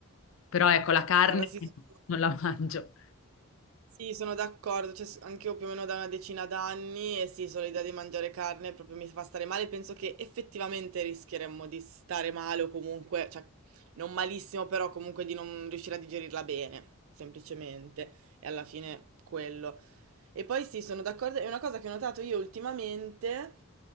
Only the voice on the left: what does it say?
Però ecco, la carne
non la mangio.